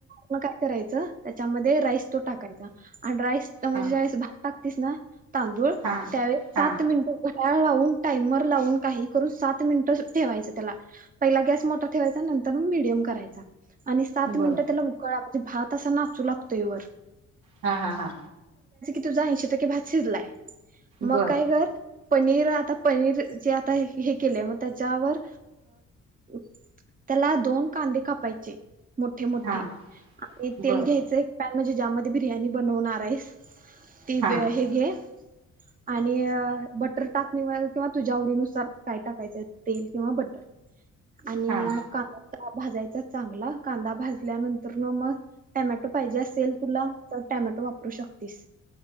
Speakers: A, on the right (about 30°); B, on the right (about 85°).
A: म काय करायचं त्याच्यामध्ये राईस तो टाकायचा. आणि राईस तर म्हणजे
B: हा
A: ज्यावेळेस भात टाकतीस ना! तांदूळ
B: हा
A: त्यावेळेस
B: हा
A: सात मिनिटं लाऊन टाईमर लावून काही करून सात मिनटं ठेवायचं त्याला पहिला ग्यास मोठा ठेवायचा नंतरमीडीयम करायचा आणि
B: बर
A: मिनट त्याला उकळ भात असा नाचू लागतोय वर.
B: हा हा हा.
A: तूजा ऐशी टक्के भात शिजलाय.
B: बर
A: मग काय कर? पनीर आता पनीर जे आता हे केले मग त्याच्यावर त्याला दोन कांदे कापायचे. मोठे मोठे
B: हा
A: आणि तेल
B: बर
A: घ्यायच एक पॅन म्हणजे ज्यामध्ये बिर्याणी बनवणारेस.. ती
B: हा
A: हे घे आणि.. अ.. बटर टाकणी किंवा तुझ्या आवडीनुसार काय टाकायचंय तेल किंवा बटर. आणि
B: हा
A: मग का भाजायचा चांगला. कांदा भाजल्यानंतर न मग टॅमॅटो पाहिजे असेल तुला तर टॅमॅटो वापरू शकतेस.